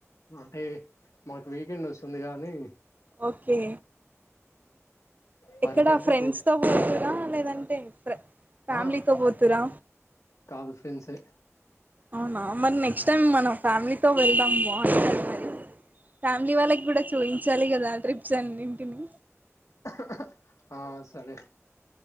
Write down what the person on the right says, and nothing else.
ఓకే
ఎక్కడ
ఫ్రెండ్స్
తో కూనా లేదంటే ఫ్యామిలీతో
పోతురా
అవునా మరి నెక్స్ట్ టైమ్ మనం ఫ్యామిలీతో వెళ్దాం బావుంటాది మరి ఫ్యామిలీ వాళ్ళకి కూడా చూయించాలి కదా ట్రిప్స్ అన్నింటిని